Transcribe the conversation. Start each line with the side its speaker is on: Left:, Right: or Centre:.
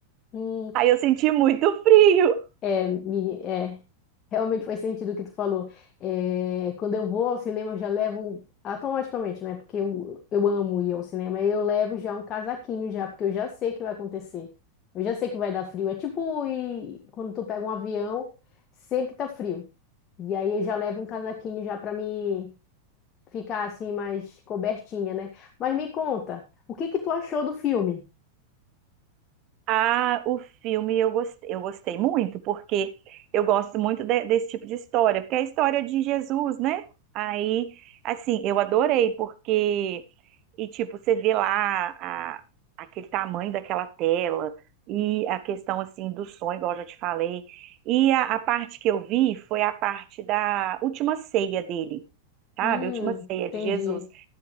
Left: Hum,
Right: Aí eu senti muito frio.
Left: É, meni- é, realmente faz sentido o que tu falou. É, quando eu vou ao cinema, eu já levo automaticamente, né? Porque eu, eu amo ir ao cinema, e eu levo já um casaquinho já, porque eu já sei que vai acontecer. Eu já sei que vai dar frio. É tipo ir- quando tu pega um avião, sempre tá frio. E aí eu já levo um casaquinho já pra me ficar assim mais cobertinha, né? Mas me conta, o que que tu achou do filme?
Right: Ah, o filme eu gostei, eu gostei muito, porque eu gosto muito de- desse tipo de história, porque é a história de Jesus, né? Aí, assim, eu adorei, porque, e tipo, você vê lá a- aquele tamanho daquela tela, e a questão, assim, do sonho, igual eu já te falei, e a, a parte que eu vi foi a parte da última ceia dele, sabe?
Left: Hum,
Right: A última ceia de
Left: entendi.
Right: Jesus.